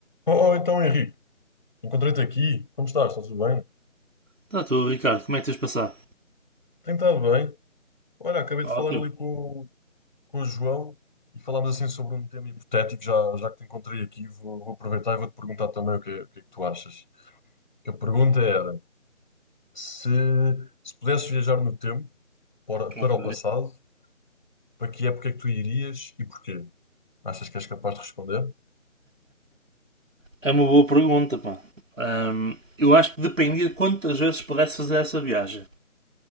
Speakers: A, on the left (about 35°); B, on the right (about 70°).
A: Oh, então, Henrique, encontrei-te aqui. Como estás? Está tudo bem?
B: Está tudo, Ricardo. Como é que tens passado?
A: Tem estado bem. Olha, acabei de
B: Ótimo.
A: falar ali com, o- com o João e falámos assim sobre um tema hipotético. Já, já que te encontrei aqui, vou, vou aproveitar e vou-te perguntar também o que é, o que é que tu achas. Que a pergunta era: se, se pudesses viajar no tempo para, para
B: Ok.
A: o passado, para que época é que tu irias e porquê? Achas que és capaz de responder?
B: É uma boa pergunta, pá. Ahm, eu acho que dependia de quantas vezes pudesse fazer essa viagem.